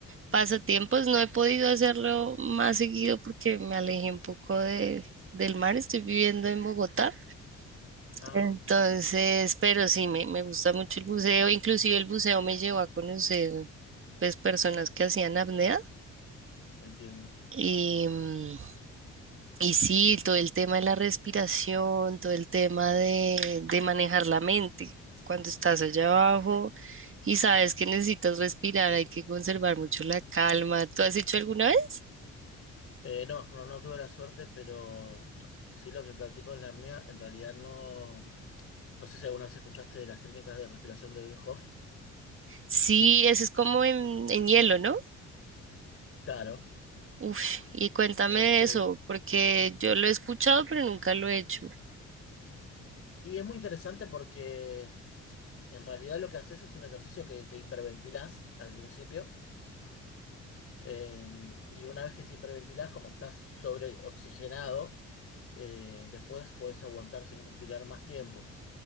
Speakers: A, on the right (about 45°); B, on the left (about 50°).
A: Pasatiempos no he podido hacerlo más seguido porque me alejé un poco de, del mar, estoy viviendo en Bogotá.
B: Ah,
A: Entonces, pero sí, me, me gusta mucho el buceo, inclusive el buceo me llevó a conocer pues personas que hacían apnea
B: Entiendo.
A: y, mm, y sí, todo el tema de la respiración, todo el tema de, de manejar la mente. Cuando estás allá abajo y sabes que necesitas respirar, hay que conservar mucho la calma. ¿Tú has hecho alguna vez?
B: Eh, no, no, no tuve la suerte, pero sí lo que practico es la apnea. En realidad no, no sé si alguna vez escuchaste de las técnicas de respiración de Wim Hof.
A: Sí, eso es como en, en hielo, ¿no?
B: Claro.
A: Uf, y cuéntame
B: Este,
A: de eso, porque yo lo he escuchado, pero nunca lo he hecho.
B: y es muy interesante porque en realidad lo que haces es un ejercicio que te hiperventilás al principio. eh, y una vez que te hiperventilás, como estás sobreoxigenado, eh, después podés aguantar sin respirar más tiempo.